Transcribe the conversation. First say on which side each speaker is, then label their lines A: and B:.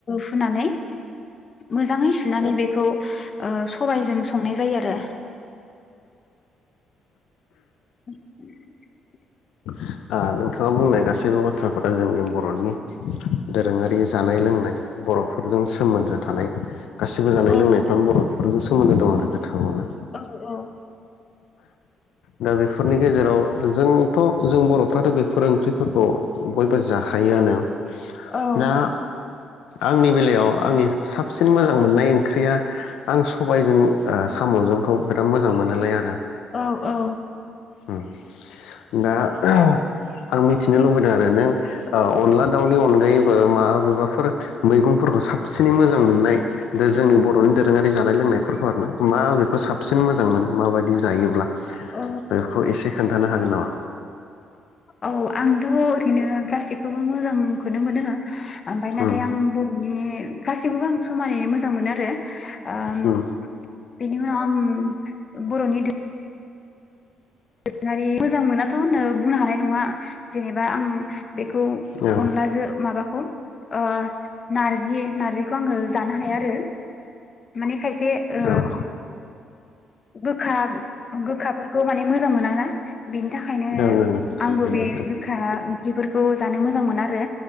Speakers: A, on the left; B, on the left.
A: हुनानै मोजाङै सुनानै बेखौ सबायजों संनाय जायो आरो <inaudible>
B: ओ नोंथाङा बुंनाय गासैबो बाथ्राफोरा जोंनि बर'नि दोरोङारि जानाय लोंनाय बर'फोरजों सोमोन्दो थानाय गासिबो जानाय
A: औ
B: लोंनायफ्रावनो बर' फोरजों सोमोनदो दं आरो गोथौनो
A: औ
B: दा बेफोरनि गेजेराव जोंथ जों बर'फ्राथ बेफोर ओंख्रिफोरखौ बयबो जाखायोआनो
A: औ
B: दा आंनि बेलायाव आंनि साबसिन मोजां मोननाय ओंख्रिया आं सबायजों ओ सामजोंखौ बिराद मोजां मोनोलाय आरो
A: औ-औ
B: ओम दा आं मिथिनो लुबैदों आरो नों अनला दाउनि अनगायैबो माबेबाफोर मैगंफोरखौ साबसिनै मोजां मोननाय दा जोंनि बर'नि दोरोङारि जानाय लोंनायफोरखौ आरो ना माबेेखौ साबसिन मोजां मोनो माबायदि जायोब्ला
A: औ
B: बेखौ एसे खोन्थानो हागोन नामा
A: औ आंथ ओरैनो गासिखौबो मोजांखौनो मोनो ओमफ्राय नाथाय
B: उम
A: आं बर'नि गासैखौबो आं समानैनो मोजां मोनो आरो ओम
B: उम
A: बेनि उनाव आं बर'नि दो दोरोङारि मोजां मोनाथ होनो बुंनो हानाय नङा जेनेबा आं बेखौ
B: ओं
A: अनलाजों माबा अ नारजि-नारजिखौ आङो जानो हाया आरो माने खायसे ओ
B: ओं
A: गोखा-गोखाफोरखौ माने मोजां मोन ना बिनि थाखायनो
B: ओं ओं ओं थायो
A: आंबो बे
B: दे ओं
A: गोखा ओंख्रिफोरखौ जानो मोजां मोना आरो